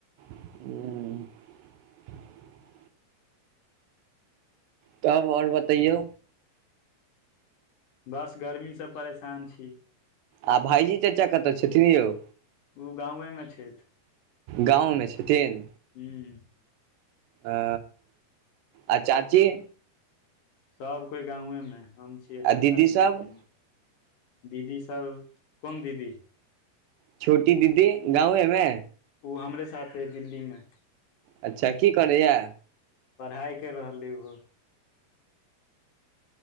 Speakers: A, on the right; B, on the left.
A: उंम्म <inaudible> तब आओर बतैयौ
B: बस गर्मीसँ परेशान छी
A: आ भाईजी चाचा कतऽ छथिन यौ
B: ओ गाँव मे छथि
A: गाँव मे छथिन
B: हूँ
A: ओ आ चाची
B: सभ कोइ गाँवेमे हे हम छी एतय
A: आ
B: खाली
A: दीदी सब
B: दिल्लीमे दीदी सब कोन दीदी
A: छोटी दीदी गाँवे मे
B: ओ हमरे साथ हइ दिल्लीमे
A: अच्छा की करैया
B: पढ़ाइ करि रहलै उहो